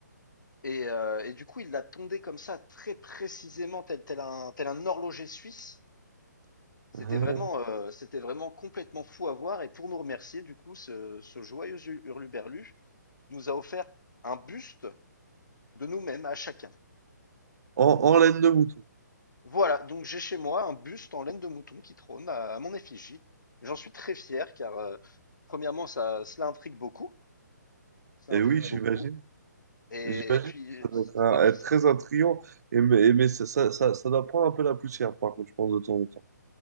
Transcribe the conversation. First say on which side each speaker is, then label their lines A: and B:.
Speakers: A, on the left; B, on the right.
A: Et, euh, et du coup, il l'a tondée comme ça, très précisément, tel, tel un, tel un horloger suisse. C'était
B: Ah.
A: vraiment, euh, c'était vraiment complètement fou à voir. Et pour nous remercier, du coup, ce, ce joyeux hurluberlu, nous a offert un buste de nous-mêmes à chacun.
B: En, en laine de mouton.
A: Voilà, donc j'ai chez moi un buste en laine de mouton qui trône à, à mon effigie. J'en suis très fier car, euh, premièrement, ça, cela intrigue beaucoup. Cela
B: Et
A: intrigue
B: oui, j'imagine.
A: beaucoup. Et,
B: J'imagine
A: et puis,
B: que ça doit
A: ce
B: être, un-
A: n'est-
B: être très intriguant, et, mais, et mais ça, ça, ça, ça doit prendre un peu la poussière, par contre, je pense, de temps en temps.